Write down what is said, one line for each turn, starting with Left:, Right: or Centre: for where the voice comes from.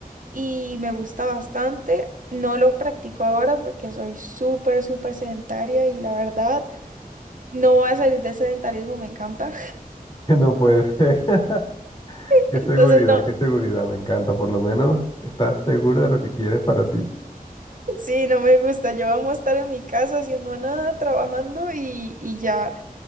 Right: y me gusta bastante. No lo practico ahora porque soy súper, súper sedentaria y la verdad, no voy a salir de sedentarismo, me encanta.
Left: <laughs> No puede ser. <laughs>
Right: <laughs>
Left: Qué
Right: Entonces,
Left: seguridad,
Right: no.
Left: qué seguridad, me encanta. Por lo menos estás segura de lo que quieres para ti.
Right: Sí, no me gusta. Yo amo estar en mi casa haciendo nada, trabajando y, y ya.